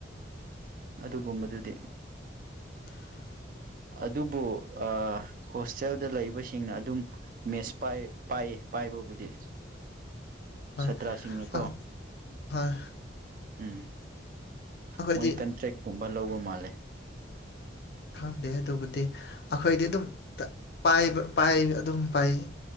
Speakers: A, on the right; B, on the left.
A: ꯑꯗꯨꯒꯨꯝꯕꯗꯨꯗꯤ
B: <inaudible>
A: ꯑꯗꯨꯕꯨ ꯍꯣꯁꯇꯦꯜꯗ ꯂꯩꯕꯁꯤꯡꯅ ꯑꯗꯨꯝ ꯃꯦꯁꯄꯥꯏ ꯄꯥꯏ ꯄꯥꯏꯕꯕꯨꯗꯤ
B: ꯍꯣꯏ
A: ꯁꯠꯇ꯭ꯔꯁꯤꯡꯅꯀꯣ
B: ꯑ- ꯍꯣꯏ
A: ꯎꯝ
B: ꯑꯩꯈꯣꯏꯗꯤ
A: ꯃꯣꯏ ꯀꯟꯇ꯭ꯔꯦꯛꯀꯨꯝꯕ ꯂꯧꯕ ꯃꯥꯜꯂꯦ
B: ꯈꯪꯗꯦ ꯑꯗꯨꯕꯨꯗꯤ ꯑꯩꯈꯣꯏꯗꯤ ꯑꯗꯨꯝ ꯄꯥꯏ ꯄꯥꯏ ꯑꯗꯨꯝ ꯄꯥꯏ